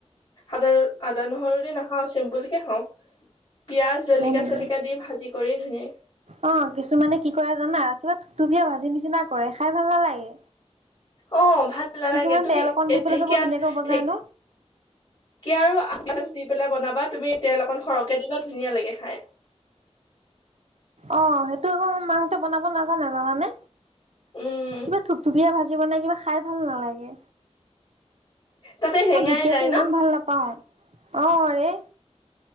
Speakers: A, on the left; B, on the right.
A: আদা আদা, নহৰু দি নাখাওঁ চেম্পুল কে খাও, পিয়াজ জলকিয়া
B: হয় নেকি?
A: চলিকিয়া দি ভাজি কৰি ধুনীয়াই
B: অ, কিছুমানে কি কৰে জানা কিবা থুপথুপীয়া ভাজি নিচিনা কৰে খাই ভাল নালাগে।
A: অ ভাল নালাগে,
B: কিছুমানে
A: তুমি
B: তেল অকণ দি পেলাই
A: ঢেকীয়াত
B: যে বৰ ধুনীয়াকৈ বজাই
A: ঢে
B: ন।
A: কি আৰু আচ দি পেলাই বনাব বা তুমি তেল অকন সৰহকে দিবা ধুনীয়া লাগে খাই।
B: অ সেইটো আকৌ মাহতে বনাব নাজানে জানানে?
A: উম
B: কিবা থুপথুপীয়া ভাজি জী বনাই কিবা খাই ভাল নালাগে।
A: তাতে হেঙাই
B: মই ঢেকীয়াটো
A: যায়
B: ইমান
A: ন
B: ভাল নাপাওঁ, অ ৰে।